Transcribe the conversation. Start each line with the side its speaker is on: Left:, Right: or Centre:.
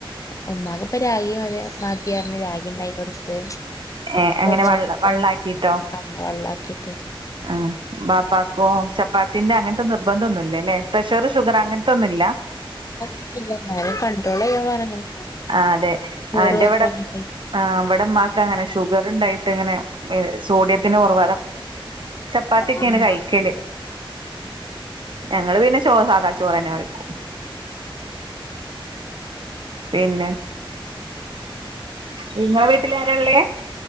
Left: ഉമ്മാക്ക് ഇപ്പ രാഗി മതി മാത്തി പറഞ്ഞ് രാഗി ഇണ്ടായി കൊട്ത്ത്
Right: ഏ അങ്ങനെ
Left: ഏതായിട്ട്
Right: വള്ള
Left: ഇപ്പാ
Right: വള്ളാക്കിട്ടോ
Left: ആ വല്ലാക്കിട്ട്
Right: ആ ബാപ്പാ കോ ചപ്പാത്തിന്റെ അങ്ങൻത്തെ നിർബന്ധം ഒന്നുല്ലല്ലേ പ്രശറ് ഷുഗറ് അങ്ങൻത്തൊന്നുല്ലാ
Left: ആ ഇല്ല ന്നാലും കഡ്രോള്യ്യാൻ പർഞ്ഞ്ക്ണ്
Right: ആ അതെ ആ എന്റെവിടെ
Left: രാ ചോറ് വക്കാ
Right: ആ ഇവടെ ഇമ്മാക്കങ്ങനെ ഷുഗറ് ഇണ്ടായിട്ട് ഇങ്ങനെ സോഡിയത്തിന് കൊറവ് ചപ്പാത്തിക്കെണ്
Left: ഉം.
Right: കഴിക്കല് ഞങ്ങള് പിന്നെ ചോ സാദാ ചോറന്നെ കഴിക്കും പിന്നെ നിങ്ങളെ വീട്ടില് ആരള്ളേ